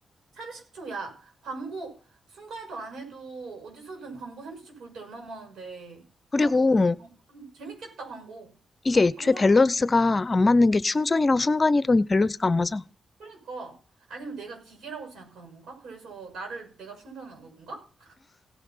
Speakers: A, on the right; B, on the left.
A: 30초야. 광고 순간에도 안 해도 어디서든 광고 30초 볼 때 얼마 많은데.
B: 그리고
A: 나는 그럼 광고 좀 재밌겠다, 광고.
B: 이게 애초에
A: 광고라고.
B: 밸런스가
A: 면
B: 안 맞는 게 충전이랑 순간이동이 밸런스가 안 맞아.
A: 그러니까. 아니면 내가 기계라고 생각하는 건가? 그래서 나를 내가 충전하는 건가?